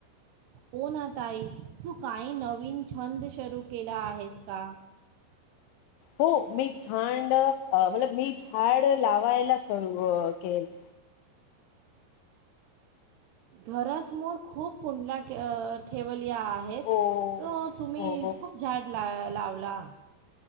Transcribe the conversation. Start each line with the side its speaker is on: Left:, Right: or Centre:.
Right: हो ना ताई, तू काही नवीन छंद शरू केला आहेस का
Left: हो मी झांड, अ मी झाड लावायला सरू केलं.
Right: घरासमोर खूप कुंडला कर ठेवले आहेत,
Left: ओ
Right: तो तुम्ही
Left: हो हो
Right: खूप झाड ला लावलात.